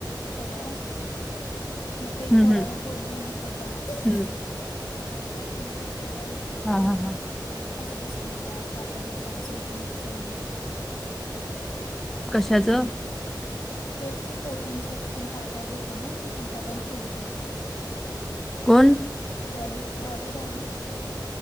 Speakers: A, on the left; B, in the centre.
A: सगळ मग ते
B: हम्म
A: थोडा
B: हम्म
A: वेळ बोलली आणि कट झाला फोन.
B: हम्म
A: आता उद्या फोन करतोय तेव्हा विचारतो
B: हा
A: तिला.
B: हा हा
A: कसं कसं घेत्यास काय काय घेत्यास रुटीन तुझं म्हणून.
B: कशाचं.
A: तेच की प्रोटीन शेक काय काय घेतता ना म ती पण काय बंद केली तिन.
B: कोण
A: डॉली डॉली डॉली.